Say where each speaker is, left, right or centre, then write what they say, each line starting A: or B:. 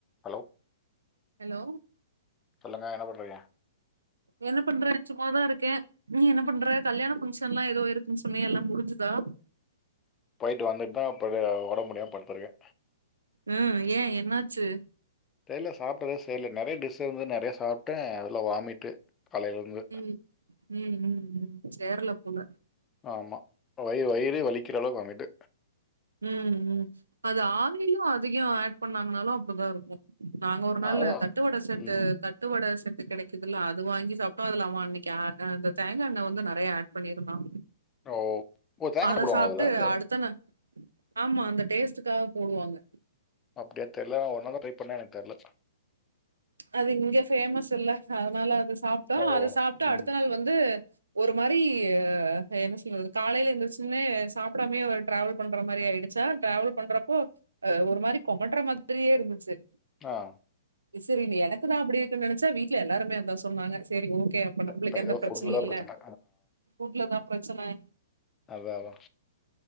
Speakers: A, on the left; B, on the right.
A: Hello
B: hello
A: சொல்லுங்க என்ன பண்றீக
B: என்ன பண்றே சும்மாதா இருக்கே நீ என்ன பண்ற கல்யாண பங்க்ஷன்லா ஏதோ இருக்குனு சொன்னிய எல்லா முடிஞ்சுதா
A: போயிட்டு வந்துட்டு தா அப்பவே ஒடம்புமுடியாம படுத்தருக்கே
B: ஹம் ஏ என்னாச்சு
A: தெரில சாப்ட்டதே சேர்ல நெறைய டிஷ்ஷு இருந்தது நெறைய சாப்பிட்டே அதுல வாமிட்டு காலையில இருந்து.
B: உம் உம் உம் உம் சேரல போல
A: ஆமா வை வைரே வலிக்கற அளவுக்கு வாமிட்டு
B: உம் உம் அது ஆயிலும் அதிகம் ஆட் பண்ணாங்கனாலு அப்டிதா இருக்கு நாங்க ஒரு நாளு
A: அதான்.
B: தட்டு வடை செட்டு
A: ம்.
B: தட்டு வட செ அது கிடைக்குதல்ல அது வாங்கி சாப்டோம் அதுல அவ அன்னிக்கு அ அந்த தேங்கா எண்ண வந்து நெறைய ஆட் பண்ணிருந்தா
A: ஓ ஓ ஓ தேங்காண்ண
B: அத
A: போடுவாங்கல
B: சாப்ட்டு
A: அதுல
B: அடுத்த நா ஆமா அந்த டேஸ்டுக்காக போடுவாங்க
A: அப்டியா தெரில ஒரு நாள் தா ட்ரை பண்ண எனக்கு தெரில
B: அது இங்க ஃபேமஸ் இல்ல அதனால அது சாப்ட்டா
A: ஓ!
B: அது சாப்ட்டா
A: ம்.
B: அடுத்த நாள் வந்து ஒரு மாரி ஹ என்ன சொல்றது காலைல எந்ரூச்சுன்னே சாப்டாமேயே ஒரு டிரவல் பண்ற மாரி ஆயிடுச்சா டிரவல் பண்றப்போ அஹ் ஒரு மாரி கொமட்டுற மாரியே இருந்துச்சு
A: ஆஹ்
B: சரி இது எனக்குதா அப்டி இருக்குனு நெனச்சா வீட்டுல எல்லாருமே சொன்னாங்க செரி ஓகே அப்ப நம்மளுக்கு
A: இப்ப
B: எந்த
A: ஏதோ
B: பிரச்சனையு
A: ஃபுட்ல தான்
B: இல்
A: பிரச்சனை.
B: ஃபுட்ல தா பிரச்சன
A: அதா அதா